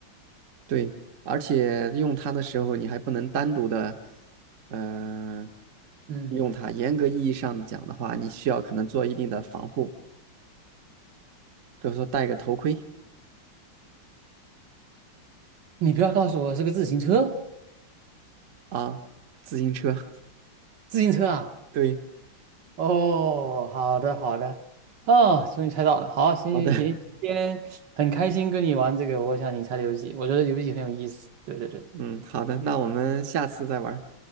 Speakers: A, on the right (about 50°); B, on the right (about 70°).
A: 对，而且用它的时候，你还不能单独的，呃，
B: 嗯，
A: 用它。严格意义上讲的话，你需要可能做一定的防护，比如说戴个头盔
B: 你不要告诉我是个自行车，
A: 啊，自行车。<laughs>
B: 自行车啊？
A: 对，
B: 哦，好的好的，哦，终于猜到了。好，行行行，
A: 好的，
B: 今天很开心跟你玩这个我想你猜的游戏，我觉得游戏很有意思。对对对，
A: 嗯，好的，那我们下次再玩儿